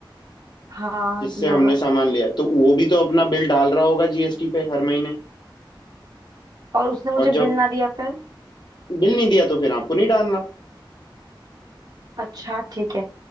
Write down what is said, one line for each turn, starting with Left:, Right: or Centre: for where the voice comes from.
Right: हाँ
Left: जिससे
Right: दिया
Left: हमने
Right: होगा
Left: सामान लिया तो वो भी तो अपना बिल डाल रहा होगा जीएसटी पे हर महीने
Right: और उसने मुझे
Left: और
Right: बिल
Left: जब
Right: ना दिया फिर
Left: बिल नहीं दिया तो फिर आपको नहीं डालना
Right: अच्छा ठीक है